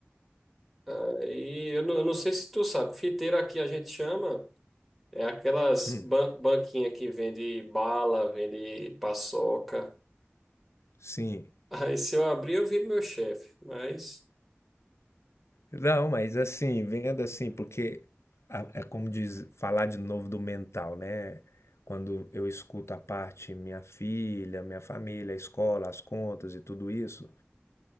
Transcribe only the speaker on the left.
Hum,
sim,
Não, mas assim, vendo assim, porque a- é como diz, falar de novo do mental, né? Quando eu escuto a parte minha filha, minha família, a escola, as contas e tudo isso,